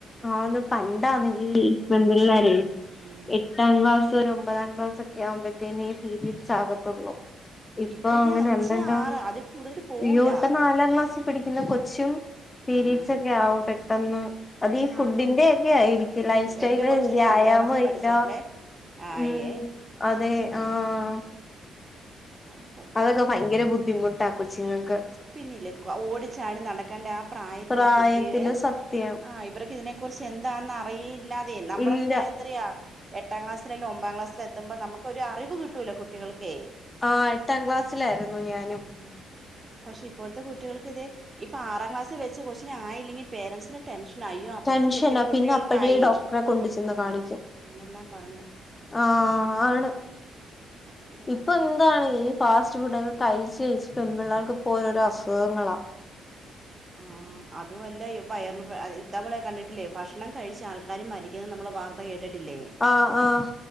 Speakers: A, on the left (about 30°); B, on the right (about 35°).
A: ആഹ് ന്ന് പണ്ടാന്നെങ്കി പെൺപിള്ളാരെ
B: ഉം
A: എട്ടാം ക്ലാസ് ഒര് ഒമ്പതാം ക്ലാസ് ഒ ക്യാവുമ്പത്തേന് ഈ പീരീഡ്സ് ആകത്തുള്ളൂ ഇപ്പോ
B: ഇപ്പൊ ഇത്
A: അങ്ങനെ
B: അഞ്ച്
A: എല്ലല്ലോ
B: ആറ് അതിൽ കൂടുതൽ പോവൂല
A: ഇയ്യോപ്പാ നാലാം ക്ലാസ് പഠിക്കുന്ന കൊച്ചും പീരീഡ്സ്
B: ആഹ്
A: ഒക്കെ ആകും പെട്ടെന്ന് അത് ഈ ഫുഡിന്റെ
B: ആകും
A: എക്കെ ആയിരിക്കു ലൈഫ് സ്റ്റൈല്
B: എന്റെ കൊച്ചിന്
A: വ്യായാമു
B: അഞ്ചാം ക്ലാസ്സിൽ പഠിച്ചപ്പളേ
A: ല്ല
B: ആയേ
A: ഉം അതെ ആഹ്
B: അത് സത്യവാ
A: അതൊക്കെ ഭയങ്കര ബുദ്ധിമുട്ടാ കൊച്ചിങ്ങക്ക്
B: പിന്നില്ലേ ക് ഓടിച്ചാടി നടക്കേണ്ട ആ പ്രായത്തിലാ
A: പ്രായത്തില്
B: കുട്ടിടെ
A: സത്യം
B: ആഹ് ഇവർക്ക് ഇതിനെ കുറിച്ച് എന്താന്ന് അറിയില്ലാതെ നമ്മളൊക്കെ
A: ഇല്ല
B: എത്രയാ എട്ടാം ക്ലാസ്സിലല്ല ഒമ്പാം ക്ലാസ്സിലത്തുമ്പോൾ നമുക്ക് ഒരു അറിവ് കിട്ടൂലോ കുട്ടികൾക്കെയ്
A: ആഹ് എട്ടാം ക്ലാസ്സിലായിരുന്നു ഞാനും
B: ഉം പക്ഷെ ഇപ്പോഴത്തെ കുട്ടികൾക്ക് ഇത് ഇപ്പ ആറാം ക്ലാസ്സിൽ വെച്ച് കൊച്ചിനായില്ലെങ്കി പേരൻസ്ൻ ടെൻഷ്നയ്യോ അപ്പർത്തെ
A: ടെൻഷനാ
B: പിട്ടെ കുട്ടികൾക്കായി
A: പിന്നെ അപ്പഴേ ഡോക്ടറെ കൊണ്ട് ചെന്ന്
B: ആഹ്
A: കാണിക്കും
B: എന്നെല്ലാം പറഞ്ഞ്
A: ആഹ് ആണ്
B: സത്യവാ
A: പ്പന്താണ് ഈ ഫാസ്റ്റ് ഫുഡക്കെ കഴിച്ച ഴിച്ച് പെൺ പിള്ളേർക്ക്പ്പോരോരോ അസുഖങ്ങളാ
B: ആഹ് അതുവല്ല ഇവയർന് പെഅത്തമ്മളെ കണ്ടിട്ടില്ലേ ഭക്ഷണം കഴിച്ചാൾക്കാരു മരിക്കുന്ന നമ്മള് വാർത്ത കേട്ടിട്ടില്ലേ
A: ആഹ് ആഹ്